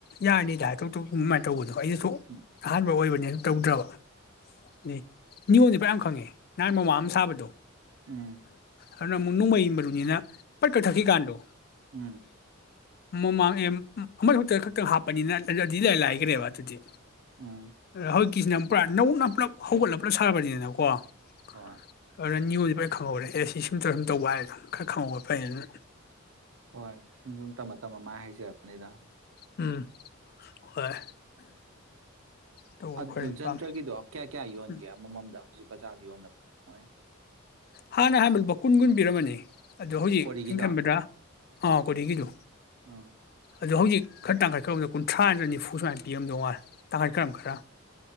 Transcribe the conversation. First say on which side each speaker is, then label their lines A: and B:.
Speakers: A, on the left; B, on the right.
A: ꯌꯥꯅꯤꯗ ꯍꯥꯏꯇ ꯀꯃꯥꯏꯅ ꯇꯧꯕꯗꯣ ꯑꯩꯅꯁꯨ
B: ꯎꯝ
A: ꯑꯍꯥꯟꯕ ꯑꯣꯏꯕ ꯀꯩꯅꯁꯨ ꯇꯧꯗ꯭ꯔꯕ ꯎꯝ ꯅꯤꯉꯣꯅꯤ ꯄꯄꯥꯥ ꯌꯥꯝ ꯈꯪꯉꯦ ꯅꯍꯥꯟ ꯃꯃ ꯑꯃ ꯁꯥꯕꯗꯣ
B: ꯑꯝ
A: ꯑꯗꯨꯅ ꯑꯃꯨꯛ ꯅꯣꯡꯃꯩ ꯃꯔꯨꯅꯤꯅ ꯄꯠꯀ ꯊꯛꯈꯤꯀꯥꯟꯗꯣ
B: ꯎꯝ
A: ꯃꯃꯥꯡ ꯑ ꯑꯃꯈꯨꯛꯇ ꯈꯛꯇꯪ ꯍꯥꯞꯄꯅꯤꯅ ꯑꯗꯨꯗꯤ ꯂ ꯂꯥꯏꯈ꯭ꯔꯦꯕ ꯑꯗꯨꯗꯤ
B: ꯎꯝ
A: ꯔꯣ ꯀꯁ ꯅꯝ ꯄꯨꯔꯥ ꯅꯧꯅ ꯄꯨꯂꯞ ꯍꯧꯒꯠꯂꯒ ꯄꯨꯂꯞ ꯁꯥꯕꯅꯤꯗꯅꯀꯣ ꯑ
B: ꯍꯣꯏ
A: ꯈꯪꯍꯧꯧꯕꯔꯦ ꯑꯦ ꯁꯤ ꯁꯨꯝꯇꯧ ꯁꯨꯝ ꯇꯧꯕ ꯍꯥꯏꯗꯣ ꯈꯔ ꯈꯪꯍꯧꯕ ꯐꯩ ꯑꯗꯨꯅ
B: ꯍꯣꯏ ꯁꯨꯝ ꯁꯨꯝ ꯇꯝꯃ ꯇꯝꯃ ꯃꯥꯥꯏ ꯍꯥꯏꯖꯔꯛꯄꯦ ꯑꯗ
A: ꯎꯝ ꯍꯣꯏ ꯇꯧꯕ
B: ꯑꯗꯨ
A: ꯈꯣꯠꯄ
B: ꯖꯟꯇ꯭ꯔꯒꯤꯗꯣ
A: ꯄꯥꯝꯃꯦ
B: ꯀꯌꯥ ꯀꯌꯥ ꯌꯣꯟꯒꯦ
A: ꯎꯝ
B: ꯑꯃꯃꯝꯗ ꯍꯧꯖꯤꯛ ꯕꯖꯥꯔꯗ ꯌꯣꯟꯅꯕꯗꯣ ꯃꯣꯏ
A: ꯍꯥꯟꯅ ꯍꯥꯏꯔꯝꯕ ꯂꯨꯄꯥ ꯀꯨꯟꯀꯨꯟ ꯄꯤꯔꯝꯕꯅꯦ ꯑꯗꯣ ꯍꯧꯖꯤꯛ
B: ꯀꯣꯔꯤꯒꯤꯗꯣ
A: ꯑꯩꯅ ꯈꯟꯕꯗꯥ ꯑꯥ ꯀꯣꯗꯤꯒꯤꯗꯣ
B: ꯎꯝ
A: ꯑꯗꯣ ꯍꯧꯖꯤꯛ ꯈꯔ ꯇꯪꯈꯥꯠ ꯈꯔꯕꯗ ꯑꯃꯗ ꯀꯨꯟꯊ꯭ꯔꯥ ꯌꯅꯠꯇ꯭ꯔꯒ ꯅꯤꯐꯨ ꯁꯨꯃꯥꯏꯅ ꯄꯤꯔꯝꯗꯧ ꯃꯥꯜꯂꯦ ꯇꯥꯡꯈꯥꯏꯠ ꯈꯔ ꯈꯔ